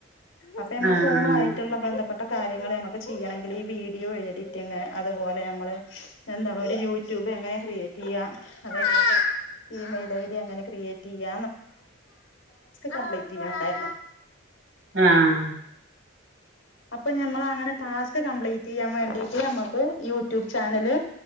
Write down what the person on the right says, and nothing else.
ആഹ്
ആഹ്
ആഹ്